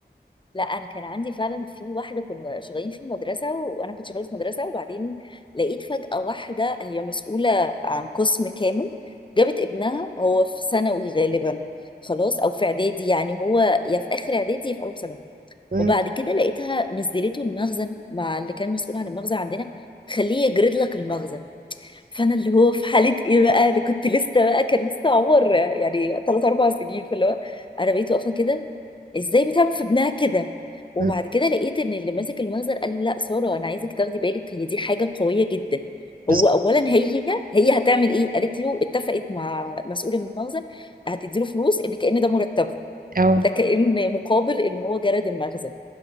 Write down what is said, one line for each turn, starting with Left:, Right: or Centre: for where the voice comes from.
Left: لا انا كان عندي فعلا في واحده كنا شغالين في المدرسه وانا كنت شغاله في مدرسه وبعدين لقيت فجاه واحده هي مسؤوله عن قسم كامل جابت ابنها هو في ثانوي غالبا خلاص او في اعدادي يعني هو يا في اخر اعدادي يا في اول ثانوي
Right: مم،
Left: وبعد كده لقيتها نزلته المخزن مع اللي كان مسؤول عن المخزن عندنا خليه يجرد لك المخزن فانا اللي هو في حاله ايه بقى انا كنت لسه بقى كان لسه عمر يعني ثلاث اربع سنين فاللي هو انا بقيت واقفه كده ازاي بتعمل في ابنها كده وبعد
Right: مم،
Left: كده لقيت ان اللي ماسك المخزن قال لي لا ساره انا عايزك تاخدي بالك هي دي حاجه قويه جدا
Right: بالظبط
Left: هو اولا هي هي هتعمل ايه قالت له اتفقت مع مسؤول المخزن هتديله فلوس ان كأن ده مرتبه
Right: اه
Left: ده كأن مقابل ان هو جرد المخزن